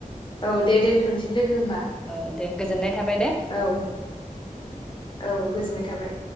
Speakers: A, on the left; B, in the centre.
A: औ दे दोनथ'नोसै लोगो होमबा
B: औ दे गोजोननाय थाबाय दे
A: औ औ गो जोननाय थाबाय।